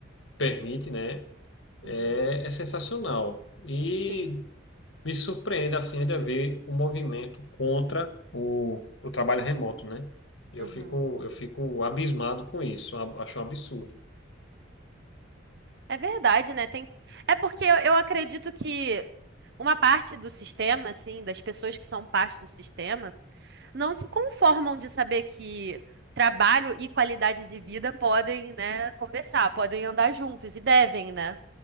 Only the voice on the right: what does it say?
uhum,
sim.
uhum.
É verdade, né? Tem... É porque eu, eu acredito que uma parte do sistema, assim, das pessoas que são parte do sistema, não se conformam de saber que trabalho e qualidade de vida podem, né, conversar, podem andar juntos e devem, né?